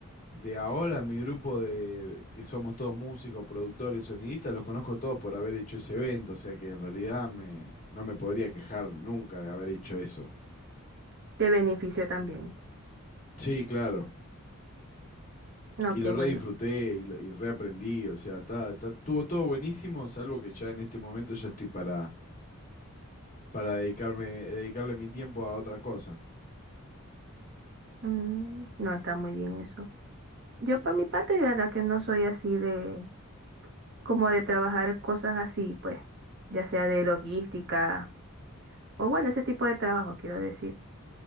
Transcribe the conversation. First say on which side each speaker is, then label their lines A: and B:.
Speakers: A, on the left (about 40°); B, on the right (about 55°).
A: de ahora, mi grupo de que somos todos músicos, productores, sonidistas, los conozco todos por haber hecho ese evento, o sea que en realidad me, no me podría quejar nunca de haber hecho eso.
B: Te beneficio también.
A: Sí, claro.
B: No,
A: Y
B: qué
A: lo redisfruté
B: bueno.
A: y, lo- y reaprendí, o sea, está, está- estuvo todo buenísimo, salvo que ya en este momento ya estoy para, para dedicarme, dedicarle mi tiempo a otra cosa.
B: Mm, no está muy bien eso. Yo por mi parte, de verdad que no soy así de como de trabajar cosas así, pues, ya sea de logística. o bueno, ese tipo de trabajo, quiero decir,